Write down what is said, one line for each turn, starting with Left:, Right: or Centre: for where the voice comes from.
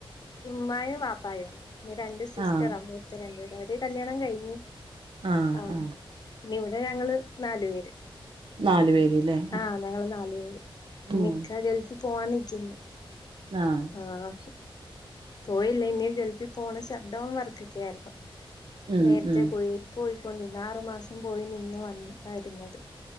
Left: ഉമ്മായും വാപ്പായും ഉണ്ട് പിന്നെ രണ്ട് സിസ്റ്ററാ
Right: ആഹ്
Left: മൂത്ത രണ്ടു പേര് അവര് കല്യാണം കഴിഞ്ഞഞ്
Right: ആഹ്
Left: ആഹ
Right: ആഹ്
Left: പിന്നെ ഇവിടെ ഞങ്ങള് നാലു പേര്
Right: നാലു പേര്ല്ലേ
Left: ആഹ് ഞങ്ങള് നാല് പേര് ഇനിക്ക
Right: ഉം
Left: ഗൾഫിൽ പോവാൻ നിക്കുന്നു
Right: ആഹ്
Left: ആ പോയില്ല ഇനി ഗൾഫിൽ പോണ ഷട്ട്ഡൗൺ വർക്കൊക്കെ ആയിരുന്നു
Right: ഉം
Left: നേരത്തെ
Right: ഉം
Left: പോയി പോയിക്കൊണ്ടിന്ന ആറു മാസം പോയി നിന്ന് വന്നതയിരുന്നത്